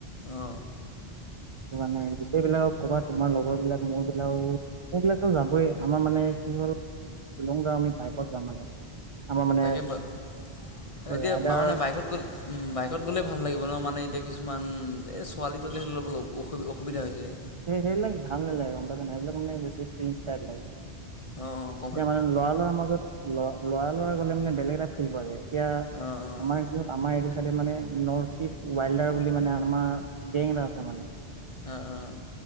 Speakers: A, on the left (about 35°); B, on the right (about 45°).
A: অ অ
B: মানে
A: তাকে
B: ক'বাত তোমাৰ লগৰ বিলাক মোৰ বিলাকও মোৰ বিলাকতো যাবই, আমাৰ মানে কি হ'ল শ্বিলং যাম, আমি বাইকত যাম মানে আমাৰ মানে
A: বা-এতিয়া
B: ৰাইডাৰ
A: মানে বাইকত গ'লে বাইকত গ'লে ভাল লাগিব ন মানে এতিয়া কিছুমান এই ছোৱালী তোৱালী হ'লে অলপ অসু- অসুবিধা হৈ যায়।
B: সেই-সেইবিলাক ভাল নালাগে গম পাইছ নে নাই সেইবিলাক মানে বেছি ক্ৰিন্জ টাইপ লাগে।
A: অ', ক
B: এতিয়া মানে ল'ৰা-ল'ৰা মাজত ল'ৰা-ল'ৰা গ'লে মানে বেলেগ এটা ফিল পোৱা যায় এতিয়া
A: অঁ
B: আমাৰ <unintelligible> আমাৰ এইটো চাইডে মানে নৰ্থ ইষ্ট ৱাইল্ডাৰ বুলি মানে আমাৰ গেং এটা আছে মানে।
A: অ', অ'।